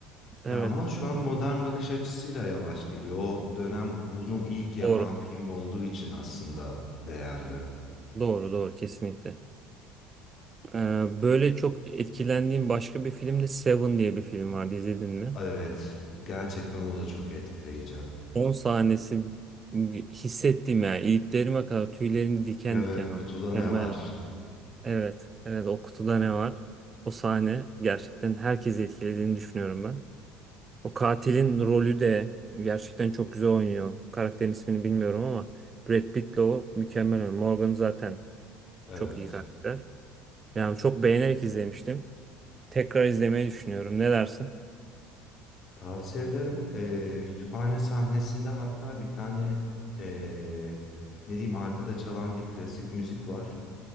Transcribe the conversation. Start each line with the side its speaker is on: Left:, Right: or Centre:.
Right: Evet.
Left: Ya ama şu an modern bakış açısıyla yavaş geliyor. O dönem bunu ilk yapan
Right: Doğru.
Left: film olduğu için aslında değerli.
Right: Doğru doğru kesinlikle. Ee, böyle çok etkilendiğim başka bir film de Seven diye bir film vardı izledin mi?
Left: Evet, gerçekten o da çok etkileyici.
Right: Son sahnesi hissettim yani. İliklerime kadar tüylerim diken
Left: Evet,
Right: diken
Left: kutuda
Right: oldu. Mükemmel.
Left: ne var?
Right: Evet. Evet o kutuda ne var? O sahne gerçekten herkesi etkilediğini düşünüyorum ben. O katilin rolü de gerçekten çok güzel oynuyor. Karakterin ismini bilmiyorum ama Brad Pitt'le o mükemmel oynuyor. Morgan zaten
Left: Evet.
Right: çok iyi karakter. Yani çok beğenerek izlemiştim. Tekrar izlemeyi düşünüyorum. Ne dersin?
Left: Tavsiye ederim. Ee, kütüphane sahnesinde hatta bir tane ee, ne diyeyim arkada çalan bir klasik müzik var.